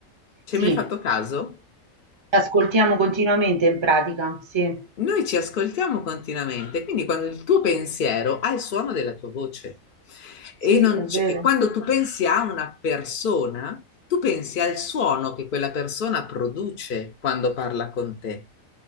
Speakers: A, on the left (about 50°); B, on the right (about 25°).
A: Ci
B: sì,
A: hai mai fatto caso?
B: ascoltiamo continuamente in pratica, sì,
A: Noi ci ascoltiamo continuamente, quindi quando il tuo pensiero ha il suono della tua voce e,
B: sì,
A: non
B: è
A: c'è-
B: vero,
A: e quando tu pensi a una persona, tu pensi al suono che quella persona produce quando parla con te.